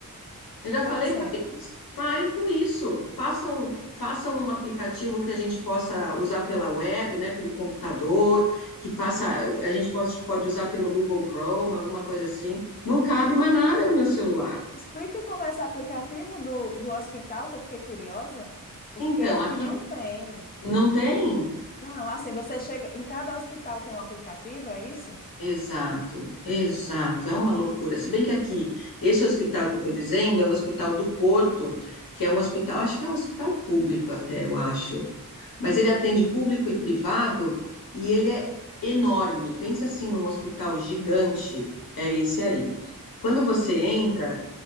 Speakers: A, on the left (about 80°); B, on the left (about 25°).
A: Eu já falei
B: Por exemplo,
A: para eles, parem com isso, façam, façam um aplicativo que a gente possa usar pela web, né, pelo computador, que faça, a gente pode, pode usar pelo Google Chrome, alguma coisa assim. Não cabe mais nada no meu celular.
B: explica como é esse aplicativo do, do hospital, que eu fiquei curiosa, porque
A: Então,
B: aqui
A: aqui
B: não tem.
A: não tem,
B: Não, assim, você chega. Em cada hospital tem um aplicativo, é isso?
A: Exato, exato, é uma loucura. Se bem que aqui, esse hospital que eu estou dizendo é o Hospital do Porto, que é um hospital, acho que é um hospital público até, eu acho. Mas ele atende público e privado e ele é enorme. Pensa assim num hospital gigante, é esse aí. Quando você entra,